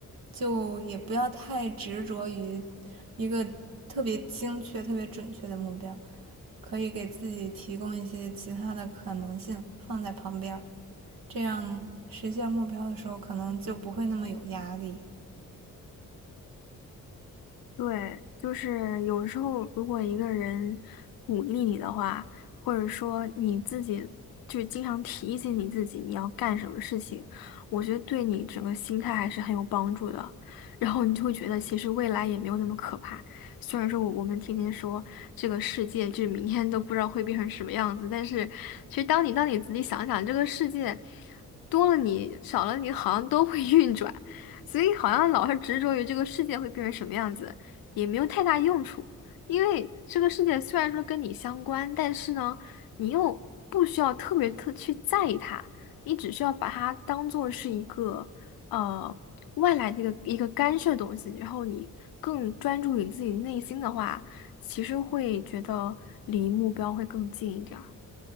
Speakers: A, on the right (about 75°); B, on the left (about 80°).
A: 就也不要太执着于一个特别精确、特别准确的目标。可以给自己提供一些其他的可能性放在旁边这样实现目标的时候可能就不会那么有压力。
B: 对，就是有时候，如果一个人鼓励你的话，或者说你自己就是经常提醒你自己你要干什么事情，我觉得对你整个心态还是很有帮助的。然后你就会觉得，其实未来也没有那么可怕。虽然说我我们天天说这个世界，就是明天都不知道会变成什么样子，但是其实当你当你仔细想想，这个世界多了你少了你，好像都会运转，所以好像老是执着于这个世界会变成什么样子。也没有太大用处，因为这个世界虽然说跟你相关，但是呢，你又不需要特别特去在意它，你只需要把它当做是一个呃外来的一个一个干涉东西，然后你更专注于自己内心的话，其实会觉得离目标会更近一点儿。